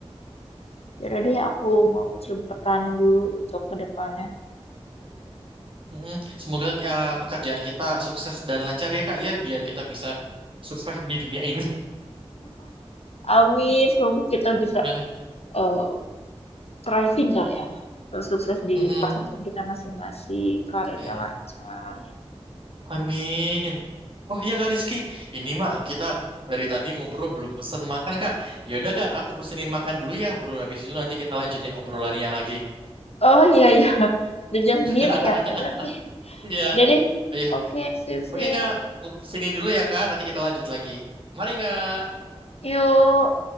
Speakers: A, on the left; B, on the right.
A: Ya udah deh, aku mau coba pertahanin dulu untuk kedepannya.
B: Mm, Semoga eh, pekerjaan kita sukses dan lancar ya Kak ya, biar kita bisa survive di dunia ini.
A: Amin,
B: <laughs>
A: semoga kita bisa
B: Aduh,
A: eh, thriving kali ya. Eh, Sukses di
B: mm-mm.
A: pekerjaan kita masing-masing, karirnya
B: Ya,
A: lancar.
B: Amin. Oh iya Kak Rizky, ini mah kita dari tadi ngobrol belum pesen makan Kak. Ya udah Kak, aku pesenin makan dulu ya, bro. Habis itu nanti kita lanjutin obrolannya lagi.
A: Oh iya iya, udah jam
B: <laughs>
A: segini ya. Ya udah oke,
B: Iya.
A: udah deh.
B: Oh iya.
A: Oke, sip
B: Oke,
A: sip.
B: Kak. Aku siniin dulu ya, Kak. Nanti kita lanjut lagi. Mari, Kak.
A: Yuk.